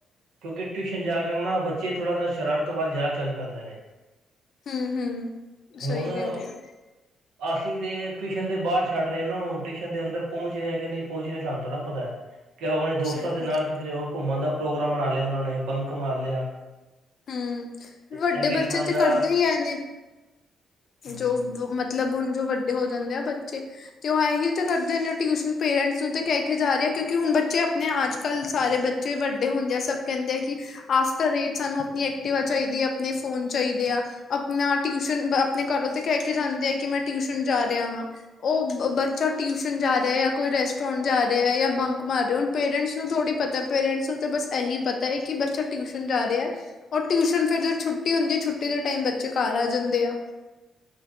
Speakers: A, on the right; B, on the left.
A: ਕਿਉਂਕਿ ਟਿਸ਼ਨ ਜਾ ਕਰ ਨਾਲ ਬੱਚੇ ਥੋੜਾ ਜ ਸ਼ਰਾਰਤ ਵੱਲ ਜਾਆ ਚੱਲ ਪੈਂਦੇ ਨੇ।
B: ਹੁੰ ਹੁੰ
A: ਹੁਣ
B: ਸਈ ਕੈ ਰੇ ਔ।
A: <inaudible> ਅਸੀਂ ਤੇ ਟਿਵੀਸ਼ਨ ਦੇ ਬਾੱਰ ਛੱਡ ਰੇਨਾ। ਔ ਟਿਵੀਸ਼ਨ ਦੇ ਅੰਦਰ ਪੋੰਚ ਰਿਆ ਕੇ ਨਈ ਪੋਂਚ ਰਿਆ ਸਾਨੂੰ ਥੋੜ੍ਹਾ ਪਤਾ ਐ। ਕਿ ਆਪਣੇ ਦੋਸਤਾਂ
B: ਸਹੀ
A: ਦੇ
B: ਗੱਲ
A: ਨਾਲ
B: ਹੈ।
A: ਕਿਧਰੇ ਹੋਰ ਘੁੰਮਣ ਦਾ ਪ੍ਰੋਗਰਾਮ ਬਣਾ ਲਿਆ। ਉਹਨਾਂ ਨੇ ਬੰਕ ਮਾਰ ਲਿਆ।
B: ਹੁੰ
A: ਤੇ
B: ਵੱਡੇ
A: ਇਹ ਵੀ
B: ਬੱਚੇ
A: ਥੋੜ੍ਹਾ ਜਿਹਾ
B: ਤੇ ਕਰਦੇ ਹੀ ਐ ਨੇ।
A: ਹੂੰ
B: ਜੋ ਮਤਲਬ ਹੁਣ ਜੋ ਵੱਡੇ ਹੋ ਜਾਂਦੇ ਆ ਬੱਚੇ। ਤੇ ਔ ਅਹੀ ਤਾਂ ਕਰਦੇ ਨੇ। ਟਿਊਸ਼ਨ ਪੇਰੈਂਟਸ ਨੂੰ ਤੇ ਕੈ ਕੇ ਜਾ ਰੇ ਆ ਕਿਉਂਕਿ ਹੁਣ ਬੱਚੇ ਆਪਣੇ ਆ। ਅੱਜ ਕੱਲ੍ਹ ਸਾਰੇ ਬੱਚ। ਜ ਵੱਡੇ ਹੁੰਦੇ ਆ ਸਭ ਕਹਿੰਦੇ ਆ ਕਿ। ਆਫਟਰ ਏਜ ਸਾਨੂੰ ਆਪਣੀ ਐਕਟੀਵਾ ਚਾਹੀਦੀ ਆ ਆਪਣੇ ਫੋਨ ਚਾਹੀਦੇ ਆ ਆਪਣਾ ਟਿਊਸ਼ਨ। ਘਰੋਂ ਤੇ ਕਹਿ ਕੇ ਜਾਂਦੇ ਆ ਕਿ ਮੈਂ ਟਿਊਸ਼ਨ ਜਾ ਰਿਹਾ ਵਾਂ। ਉਹ ਬੱਚਾ ਟਿਊਸ਼ਨ ਜਾ ਰਿਹਾ ਜਾਂ ਕੋਈ ਰੈਸਟੋਰੈਂਟ ਜਾ ਰਿਹਾ ਜਾਂ ਬੰਕ ਮਾਰ ਰਿਹਾ। ਪੇਰੈਂਟਸ ਨੂੰ ਥੋੜੀ ਪਤਾ ਹੈ ਪੇਰੈਂਟਸ ਨੂੰ ਤਾਂ ਬਸ ਇਹੀ ਪਤਾ ਹੈ ਕਿ ਬੱਚਾ ਟਿਊਸ਼ਨ ਜਾ ਰਿਹਾ ਹੈ। ਰ ਟਿਊਸ਼ਨ ਫੇਰ ਜ ਛੁੱਟੀ ਹੁੰਦੀ ਆ ਛੁੱਟੀ ਦੇ ਟਾਈਮ ਬੱਚੇ ਘਰ ਆ ਜਾਂਦੇ ਆ।